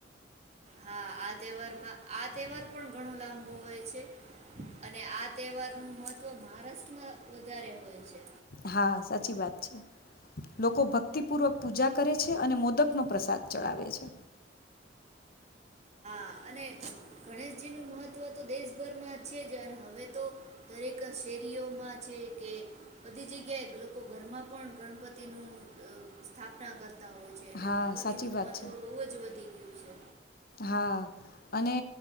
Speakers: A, on the right; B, on the left.
A: હા આ તહેવારમાં આ તહેવાર પણ ઘણો લાંબો હોય છે અને આ તહેવારનું મહત્ત્વ મહારાષ્ટ્રમાં વધારે હોય છે.
B: હા, સાચી વાત છે લોકો ભક્તિપૂર્વક પૂજા કરે છે અને મોદક નો પ્રસાદ ચડાવે છે.
A: હ અને ગણેશજીનું મહત્વ તો દેશભરમાં છે જ અને હવે તો દરેક શેરીઓમાં છે કે બધી જગ્યાએ લોકો ઘરમાં પણ ગણપતિનું સ્થાપના કરતા હોય છે એટલે
B: હા,
A: ગણપતિનું
B: સાચી વાત
A: મહત્ત્વ
B: છે.
A: બહુ જ વધી ગયું છે
B: હા, અને